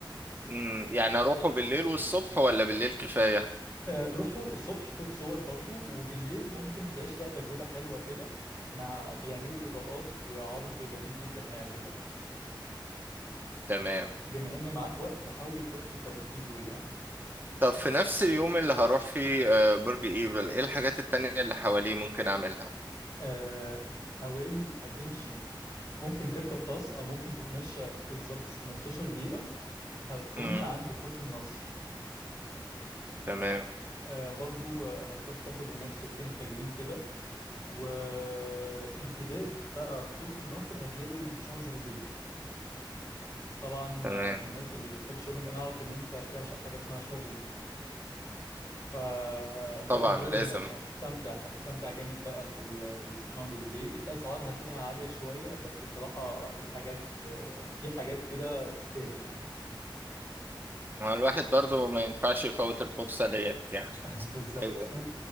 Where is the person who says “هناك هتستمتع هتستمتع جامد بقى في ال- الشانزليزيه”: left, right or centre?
Left